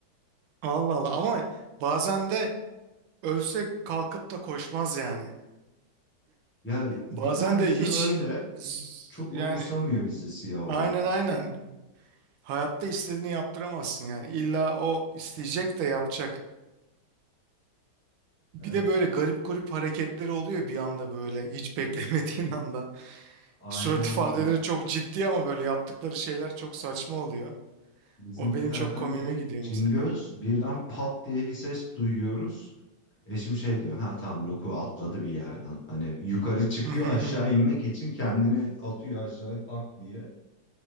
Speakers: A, on the right (about 80°); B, on the left (about 15°).
A: Allah Allah ama bazen de ölse kalkıp da koşmaz yani.
B: Ya bir
A: Bazen
B: tanesi
A: de hiç
B: öyle.
A: z-
B: Çok umursamıyor
A: yani
B: bizi siyah olan.
A: aynen aynen. Hayatta istediğini yaptıramazsın yani. İlla o isteyecek de yapacak. Bir
B: Evet.
A: de böyle garip garip hareketleri oluyor bir anda böyle hiç <laughs> beklemediğin anda.
B: Aynen
A: Surat ifadeleri
B: ge-
A: çok ciddi ama böyle yaptıkları şeyler çok saçma oluyor.
B: bizimkilerden
A: O benim çok komiğime
B: biri
A: gidiyor
B: Cingöz
A: mesela.
B: birden pat diye bir ses duyuyoruz. Eşim şey diyor ha tamam Roku atladı bir yerden. Hani yukarı çıkıyor
A: <laughs>
B: aşağı inmek için kendini atıyor aşağı tak diye.